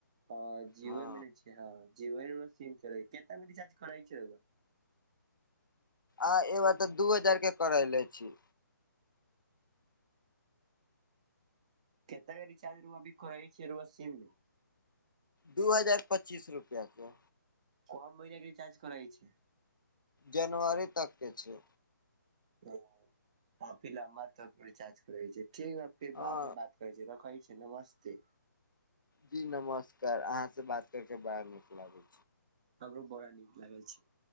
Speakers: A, on the right (about 20°); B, on the left (about 80°).
A: त जिओ
B: हँ
A: मने छै। हँ जिओ के सिम छै कते के रिचार्ज करइ छै।
B: आ ऐ बार त दू हजार के करेले छी।
A: केते के रिचार्ज रोआ अभी करै छीय रोआ सीम मे
B: दू हजार पच्चीस रुपआ के।
A: के महिना के रिचार्ज करै छै?
B: जनवरी तकके छै।
A: त काफी लंबा तक रिचार्ज करै छै। ठीक है त
B: हँ
A: बाद मे बात करै छै, रखै छै, नमस्ते।
B: जी नमस्कार, अहाँ से बात कर के बड़ा नीक लागल।
A: हमरो बड़ा नीक लागै छै।